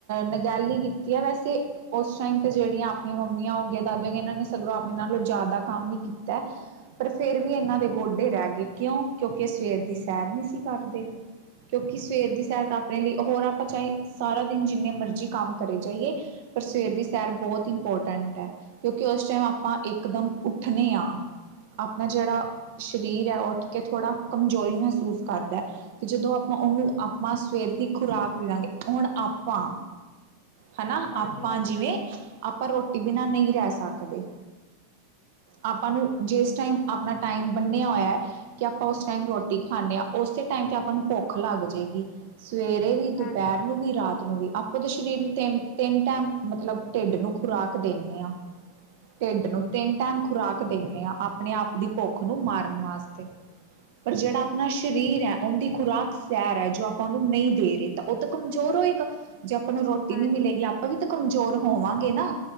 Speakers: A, on the right (about 50°); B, on the left (about 35°).
A: ਨਗਹਿਲੀ ਕੀਤੀ ਹੈ ਵੈਸੇ ਉਸ ਟਾਈਮ ਤੇ ਜਿਹੜੀਆਂ ਆਪਣੀਆਂ ਮੰਮੀਆਂ ਹੋਗੀਆਂ, ਦਾਦੀ ਹੋ ਗਈਆਂ, ਇਹਨਾਂ ਨੇ ਸਗਰੋਂ ਆਪਣੇ ਨਾਲੋਂ ਜ਼ਿਆਦਾ ਕੰਮ ਹੀ ਕੀਤਾ ਪਰ, ਫੇਰ ਵੀ ਇਹਨਾਂ ਦੇ ਗੋਡੇ ਰਹਿ ਗਏ ਕਿਉਂ, ਕਿਉਂਕਿ ਸਵੇਰ ਦੀ ਸੈਰ ਨਹੀਂ ਸੀ ਕਰਦੇ। ਕਿਉਂਕਿ ਸਵੇਰ ਦੀ ਸੈਰ ਤਾਂ ਆਪ ਆਪਣੇ ਲਈ, ਹੋਰ ਆਪਾਂ ਚਾਹੇ ਸਾਰਾ ਦਿਨ ਜਿੰਨੇ ਮਰਜ਼ੀ ਕੰਮ ਕਰੇ ਜਾਈਏ, ਪਰ ਸਵੇਰ ਦੀ ਸੈਰ ਬਹੁਤ ਇੰਪੋਰਟੈਂਟ ਹੈ, ਕਿਉਂਕਿ ਉਸ ਟਾਈਮ ਆਪਾਂ ਇਕਦਮ ਉੱਠਣੇੇ ਹਾਂ ਆਪਣਾ ਜਿਹੜਾ ਸਰੀਰ ਹੈ, ਉੱਠ ਕੇ ਥੋੜ੍ਹਾ ਕਮਜ਼ੋਰੀ ਮਹਿਸੂਸ ਕਰਦੈ। ਤੇ ਜਦੋਂ, ਆਪਾਂ ਉਹਨੂੰ ਆਪਾਂ ਸਵੇਰ ਦੀ ਖੁਰਾਕ ਦੇ ਦਾਂਗੇ, ਹੁਣ ਆਪਾਂ, ਹੈਨਾ
B: ਹਾਂਜੀ
A: ਆਪਾਂ
B: ਹਾਂਜੀ
A: ਜਿਵੇਂ ਆਪਾਂ, ਰੋਟੀ ਬਿਨਾਂ ਨਹੀਂ ਰਹਿ ਸਕਦੇ ਆਪਾਂ ਨੂੰ ਜਿਸ ਟਾਈਮ, ਆਪਣਾ ਟਾਈਮ ਬੰਨਿਆ ਹੋਇਆ ਹੈ। ਕਿ ਆਪਾਂ ਉਸ ਟਾਈਮ ਰੋਟੀ ਖਾਂਦੇ ਹਾਂ, ਉਸੇ ਟਾਈਮ ਤੇ ਆਪਾਂ ਨੂੰ ਭੁੱਖ ਲੱਗ ਜਾਏਗੀ। ਸਵੇਰੇ ਵੀ
B: ਹਾਂਜੀ
A: ਦੁਪਹਿਰ ਨੂੰ ਵੀ ਰਾਤ ਨੂੰ ਵੀ ਆਪਾਂ ਤਾਂ ਸ਼ਰੀਰ ਨੂੰ ਤਿੰਨ ਤਿੰਨ ਟਾਈਮ ਮਤਲਬ ਟੇਡ ਨੂੰ ਖੁਰਾਕ ਦਿੰਨੇ ਆਂ। ਢਿੱਡ ਨੂੰ ਤਿੰਨ ਟਾਈਮ ਖੁਰਾਕ ਦਿੰਨੇ ਆਂ ਆਪਣੇ ਆਪ ਦੀ ਭੁੱਖ ਨੂੰ ਮਾਰਨ ਵਾਸਤੇ। ਪਰ ਜੇੜਾ ਆਪਣਾ ਸ਼ਰੀਰ ਹੈ ਉਹਦੀ ਖੁਰਾਕ ਸੈਰ ਹੈ ਜੋ ਆਪਾਂ ਔਨੂੰ ਨਹੀਂ ਦੇ ਰਹੇ ਤਾਂ ਉਹ ਤਾਂ ਕਮਜ਼ੋਰ ਹੋਏਗਾ ਜੇ ਆਪਾਂ ਨੂੰ ਰੋਟੀ
B: ਹਾਂਜੀ
A: ਨਹੀਂ ਮਿਲੇਗੀ ਆਪ ਔਹ ਵੀ ਤਾਂ ਕਮਜ਼ੋਰ ਹੋਵਾਂਗੇ ਨਾ।